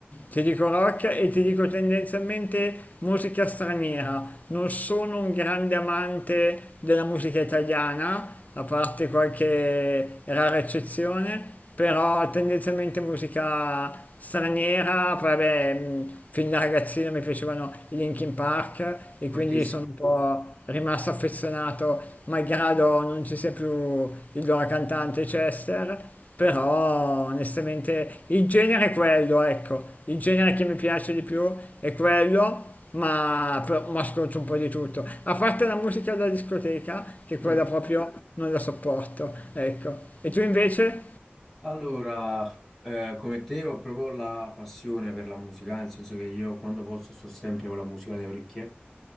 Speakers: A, on the left; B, in the centre.
A: ti dico rock e ti dico tendenzialmente musica straniera. Non sono un grande amante della musica italiana, a parte qualche rara eccezione, però tendenzialmente musica straniera, poi vabbè, mh, fin da ragazzino mi piacevano i Linkin Park e
B: Fortissimo.
A: quindi sono un po' rimasto affezionato, malgrado non ci sia più il loro cantante Chester, però onestamente il genere è quello, ecco, il genere che mi piace di più è quello. Ma, però- ma ascolto un po' di tutto, a parte la musica da discoteca, che
B: Mm.
A: quella proprio non la sopporto, ecco. E tu invece?
B: Allora, eh, come te ho proprio la passione per la musica, nel senso che io quando posso sto sempre con la musica alle orecchie